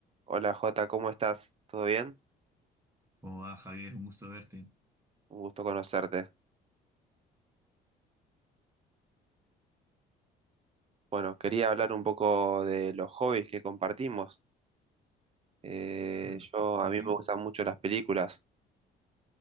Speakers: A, on the right (about 35°); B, on the right (about 15°).
A: Hola Jota, ¿cómo estás? ¿Todo bien?
B: Hola Javier, un gusto verte.
A: Un gusto conocerte. Bueno, quería hablar un poco de los hobbies que compartimos. Eh,
B: Me-
A: yo, a
B: Muy
A: mí
B: bien.
A: me gustan mucho las películas.